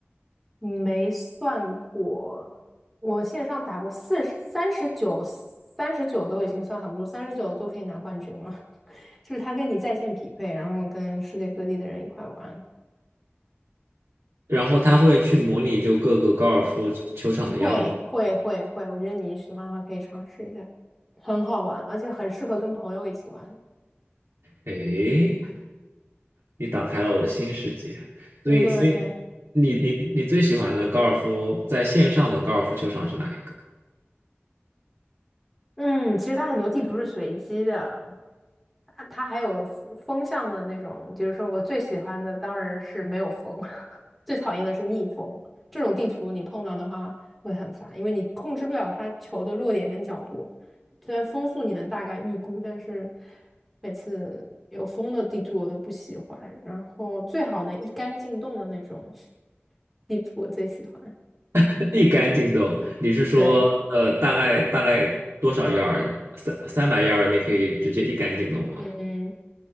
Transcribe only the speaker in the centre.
没算过，我线上打过四十三十九，三十九都已经算很不错，三十九就可以拿冠军了。<laughs> 就是他跟你在线匹配，然后跟世界各地的人一块玩，
会会会会，我觉得你喜欢的话可以尝试一下，很好玩，而且很适合跟朋友一起玩。
如果对，
嗯，其实它很多地图是随机的，它它还有风风向的那种，就是说我最喜欢的当然是没有风，<laughs> 最讨厌的是逆风。这种地图你碰到的话会很烦，因为你控制不了它球的落点跟角度。虽然风速你能大概预估，但是每次有风的地图我都不喜欢。然后最好能一杆进洞的那种地图我最喜欢。
对，
嗯，